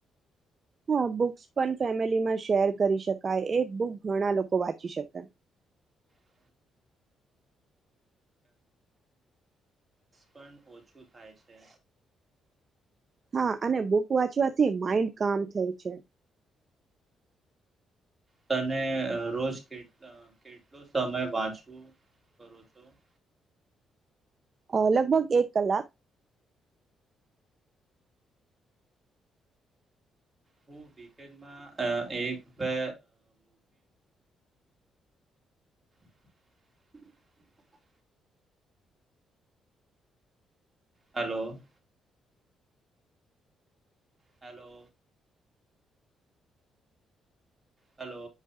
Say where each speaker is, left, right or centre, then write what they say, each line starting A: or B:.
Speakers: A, on the right (about 40°); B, on the right (about 20°).
A: હા બુક્સ પણ ફેમિલીમાં શેર કરી શકાય એક બુક ઘણા લોકો વાંચી શકે
B: <inaudible> સ્ટ્રેસ પણ ઓછું થાય છે.
A: હા અને બુક વાંચવાથી માઈન્ડ કામ થાય છે.
B: તને રોજ કે કેટલો સમય વાંચવું <unintelligible>
A: અ લગભગ એક કલાક
B: હું વીનકેનડમાં એક બે <unintelligible> હાલો હેલો હેલો.